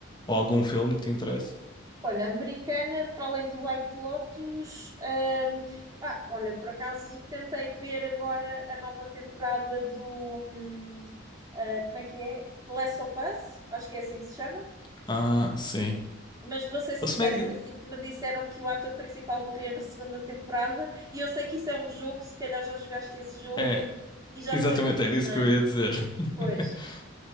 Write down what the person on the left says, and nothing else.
ou algum filme que te interessa?
Ah, sim.
Eu também-
É,
exatamente,
era isso
que
eu ia dizer. <laughs>